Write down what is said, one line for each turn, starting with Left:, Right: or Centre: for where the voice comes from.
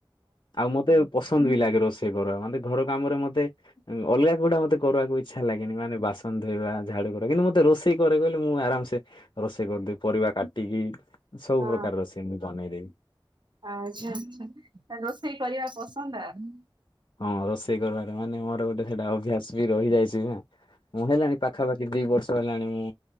Left: ଆଉ ମତେ ପସନ୍ଦ ବି ଲାଗେ ରୋଷେଇ କରିବା ମାନେ ଘର କାମ ରେ ମତେ ଅଲଗା ଗୁଡା ମତେ କରିବାକୁ ଇଚ୍ଛା ଲାଗେନି ମାନେ ବାସନ ଧୋଇବା ଝାଡୁ କିନ୍ତୁ ମତେ ରୋଷେଇ କରେ କହିଲେ ମୁଁ ଆରାମ ସେ ରୋଷେଇ କରିଦେବି ପରିବା କାଟିକି ସବୁ
Right: ହଁ
Left: ପ୍ରକାର ରୋଷେଇ ମୁଁ ବନେଇଦେବି।
Right: ଆଚ୍ଛା ଆଛା ରୋଷେଇ କରିବା ପସନ୍ଦ ଆଉ।
Left: ହଁ ରୋଷେଇ କରିବାର ମାନେ ମୋର ଗୋଟେ ସେଇଟା ଅଭ୍ୟାସ ବି ରହିଯାଇଛି ନା। ମୁଁ ହେଲାଣି ପାଖାପାଖି ଦି ବର୍ଷ ହେଲାଣି ମୁଁ